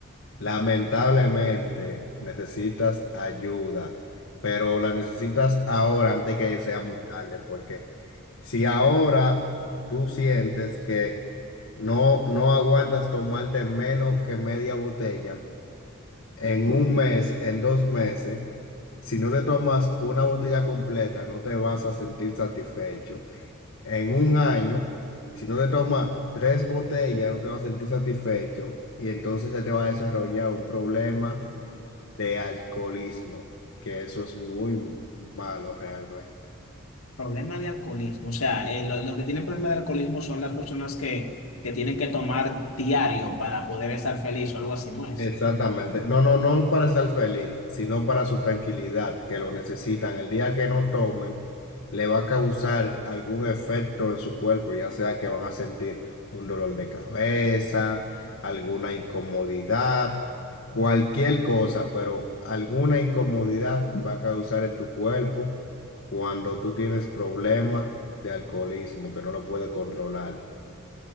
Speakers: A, on the left; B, on the left.
A: lamentablemente necesitas ayuda, pero la necesitas ahora antes que sea muy tarde, porque si ahora tú sientes que no, no aguantas tomarte menos que media botella, en un mes, en dos meses, si no te tomas una botella completa, no te vas a sentir satisfecho. en un año, si no te tomas tres botellas, no te vas a sentir satisfecho y entonces se te va a desarrollar un problema de alcoholismo, que eso es muy malo realmente.
B: Problema de alcoholismo. O sea, eh, lo- los que tienen problema de alcoholismo son las personas que, que tienen que tomar diario para poder estar feliz o algo así, ¿no es?
A: Exactamente. No, no, no para estar feliz, sino para su tranquilidad, que lo necesitan. El día que no tomen, le va a causar algún efecto en su cuerpo, ya sea que van a sentir un dolor de cabeza, alguna incomodidad, cualquier cosa, pero alguna incomodidad va a causar en tu cuerpo cuando tú tienes problemas de alcoholismo que no lo puedes controlar.